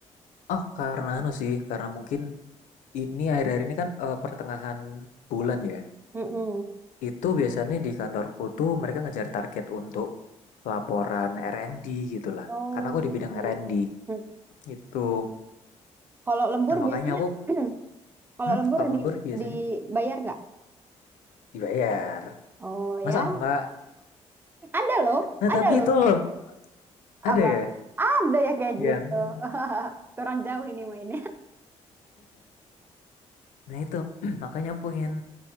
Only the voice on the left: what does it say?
oh karena anu sih, karena mungkin Ini akhir-akhir ini kan eh, pertengahan bulan ya.
Itu biasanya di kantorku tuh mereka ngejar target untuk laporan R&D gitu lah.
Karena aku di bidang R&D
itu.
Nah makanya
aku,
hmm,
kalau
lembur biasanya
dibayar.
Masa enggak?
Nah
tapi
itu loh, ada
ya
yang,
nah itu <clears throat> makanya aku pengen,